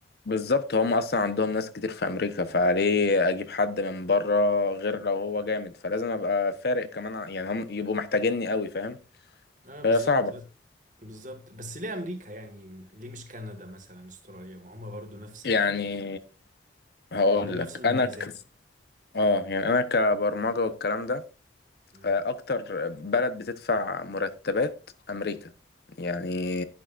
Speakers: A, on the left; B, on the right.
A: بالظبط هم اصلا عندهم ناس كتير في امريكا فليه اجيب حد من بره غير لو هو جامد فلازم ابقى فارق كمان ع- يعني هم يبقوا محتاجيني قوي فاهم
B: اه
A: فهي
B: بالظبط
A: صعبة
B: بالظبط بس ليه امريكا يعني ليه مش كندا مثلا استراليا ما هما برضو نفس
A: يعني هقول
B: عندهم نفس
A: لك
B: المميزات
A: انا ك... اه يعني انا كبرمجة والكلام ده
B: مم.
A: آه، اكتر بلد بتدفع مرتبات امريكا يعني